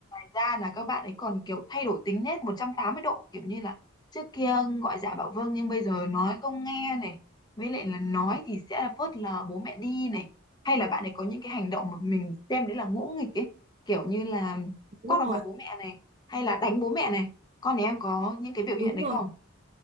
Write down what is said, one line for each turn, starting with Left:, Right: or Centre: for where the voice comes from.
Left: ra là các bạn ấy còn kiểu thay đổi tính nết một trăm tám mươi độ kiểu như là trước kia gọi dạ bảo vâng nhưng bây giờ nói không nghe này với lại là nói thì sẽ là phớt lờ bố mẹ đi này hay là bạn ấy có những cái hành động mà mình xem đấy là ngỗ nghịch ấy kiểu như là
Right: đúng
Left: quát
Right: rồi
Left: vào mặt bố mẹ này hay là đánh bố mẹ này con nhà em có những cái biểu hiện
Right: đúng
Left: đấy
Right: rồi
Left: không